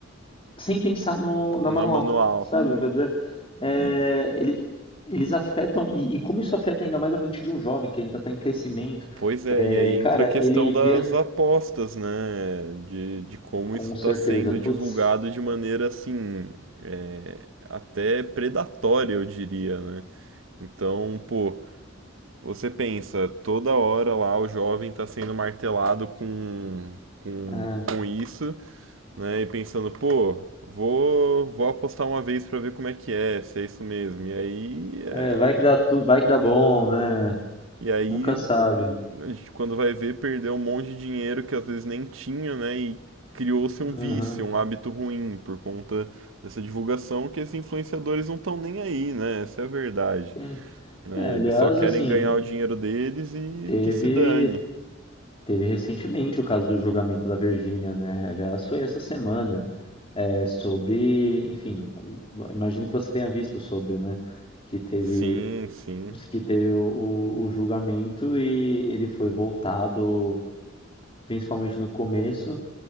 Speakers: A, on the left; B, on the right.
A: sem pensar no, na
B: Na
A: manual,
B: manual.
A: sabe? eu Uhum. quero dizer? É,
B: E-
A: ele- eles afetam, e, e como isso afeta ainda mais a mente de um jovem que ainda está em crescimento,
B: pois é,
A: é,
B: e aí
A: cara,
B: entra a questão
A: ele
B: das
A: vê
B: apostas, né? De, de como
A: com
B: isso está
A: certeza,
B: sendo
A: putz,
B: divulgado de maneira assim, é, até predatória, eu diria, né? Então, pô, você pensa, toda hora lá o jovem está sendo martelado com, com,
A: é,
B: com isso. né? E pensando, pô, vou, vou apostar uma vez pra ver como é que é, se é isso mesmo. E aí, é-
A: é, é, vai que dá tudo, vai que dá bom, né?
B: e aí
A: Nunca sabe.
B: a gente, quando vai ver, perdeu um monte de dinheiro que às vezes nem tinha, né? E criou-se
A: Uhum,
B: um vício, um hábito ruim por conta dessa divulgação que esses influenciadores não estão nem aí, né? Essa é a verdade,
A: sim.
B: né?
A: É, aliás,
B: Eles só querem
A: assim,
B: ganhar o dinheiro deles e
A: teve,
B: que se dane.
A: teve recentemente o caso do julgamento da Virgínia, né? Aliás, foi essa semana. é, sobre, enfim, imagino que você tenha visto sobre, né? Que teve,
B: Sim, sim.
A: que teve o, o- o julgamento e ele foi voltado, principalmente no começo,